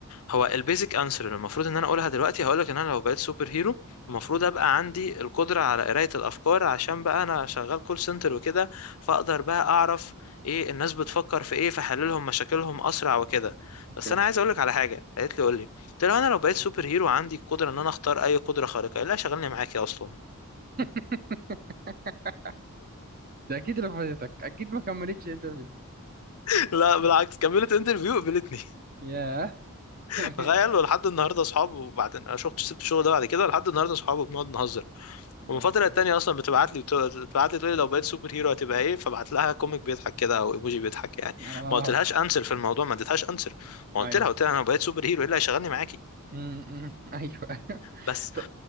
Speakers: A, on the left; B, on the right.
A: هو البيزك انسر اللي المفروض ان انا اقولها دلوقتي هقول لك ان انا لو بقيت سوبر هيرو المفروض ابقى عندي القدره على قرايه الافكار عشان بقى انا شغال كول سنتر وكده فاقدر بقى اعرف ايه الناس بتفكر في ايه فحللهم مشاكلهم اسرع وكده
B: اوكي
A: بس انا عايز اقول لك على حاجه قالت لي قول لي قلت له انا لو بقيت سوبر هيرو عندي القدره ان انا اختار اي قدره خارقه قال لا شغلني معاك يا اصلا
B: <laughs> ده اكيد رفضتك اكيد ما كملتش انترفيو
A: <laughs> لا بالعكس كملت انترفيو قبلتني
B: <laughs> ياه
A: <laughs>
B: <laughs>
A: تخيل ولحد النهارده اصحاب وبعدين انا شفت سبت الشغل ده بعد كده لحد النهارده اصحاب وبنقعد نهزر ومن
B: جامد
A: فتره
B: قوي
A: للتانيه اصلا بتبعت لي بتبعت لي تقول لي لو بقيت سوبر هيرو هتبقى ايه فبعت لها كوميك بيضحك كده او ايموجي بيضحك يعني
B: اه
A: ما قلتلهاش انسر في الموضوع ما اديتهاش انسر قلت
B: ايوه
A: لها قلت لها انا لو بقيت سوبر هيرو ايه اللي هيشغلني معاكي
B: م- م. <laughs> ايوه ايوه
A: بس
B: طب